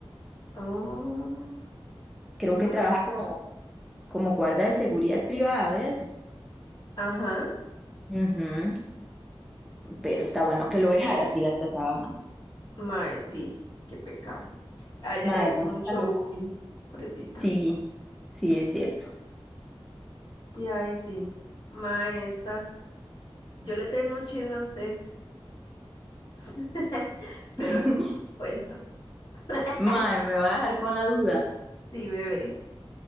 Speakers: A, on the left (about 50°); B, in the centre.
A: Oh,
B: Creo
A: ma-
B: que trabaja como, como guarda de seguridad privada de esos.
A: ajá.
B: Ujú, Pero está bueno que lo dejara si la trataba mal.
A: Mae, sí, qué pecado. A ella
B: Ma,
A: le hace
B: el mundo
A: mucho
B: está loco.
A: bullying, pobrecita.
B: Sí, sí, es cierto.
A: De ahí sí. Mae, esta. Yo le tengo un chisme a usted, <laughs> pero
B: <laughs>
A: le cuento. <laughs>
B: Ma, me va a dejar con la duda.
A: Sí, bebé.